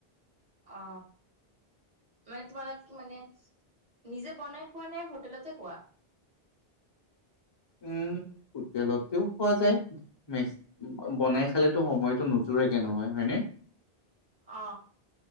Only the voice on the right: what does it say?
অ মানে তোমালোক কি মানে। নিজে বনাই খোৱা নাই হোটেলতে খোৱা।
অ